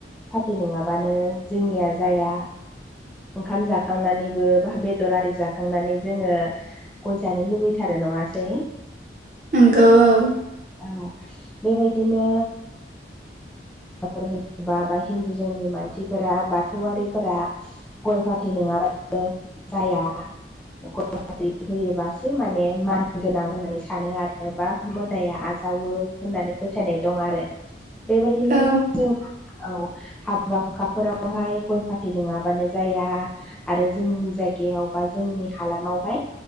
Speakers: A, in the centre; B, on the right.
A: फाथै नङाबानो जोंनिया जाया। ओंखाम जाखांनानैबो बा बेदर आरि जाखांनानै जोङो गय जानो लुबैथारो नङासै।
B: नंगौ औ।
A: औ बेबायदिनो <unintelligible> बा हिन्दु जोंनि मानसिफोरा बाथौआरिफोरा गय फाथै नङाबानो जाया। गय फाथै होयोबासो माने मान गोनां होननानै सानो आरो बा मोदाइया आजा जावो होननानै फोथायनाय दं आरो।
B: <inaudible>
A: बेबायदिनो
B: औ
A: जों औ। हाबा-हुखाफोरावहाय गय फाथै नङाबानो जाया। आरो जोंनि जायगायाव बा जोंनि हालामावहाय